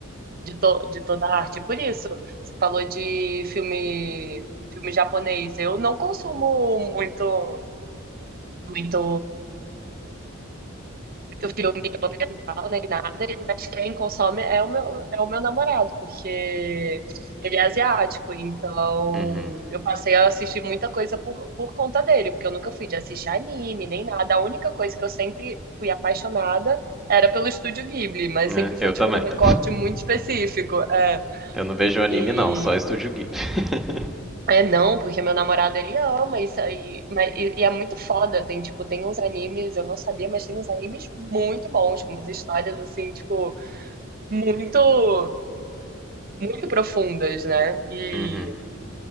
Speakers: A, on the right (about 45°); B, in the centre.
A: de, to, de toda a arte. Por isso, você falou de filme filme japonês. Eu não consumo muito muito que o filme eu não nem nada, mas quem consome é o meu, é o meu namorado, porque ele é asiático, então
B: Uhum.
A: eu passei a assistir muita coisa por, por conta dele, porque eu nunca fui de assistir anime nem nada. A única coisa que eu sempre fui apaixonada era pelo Estúdio Ghibli, mas sempre
B: É,
A: foi
B: eu
A: tipo
B: também.
A: um recorte
B: <laughs>
A: muito específico. É.
B: Eu não vejo anime
A: E
B: não, só Estúdio Ghibli. <laughs>
A: é, não, porque meu namorado ele ama isso aí, mas, e, e é muito foda, tem tipo, tem uns animes, eu não sabia, mas tem uns animes muito bons, com umas histórias assim, tipo, muito, muito profundas, né? E,
B: uhum,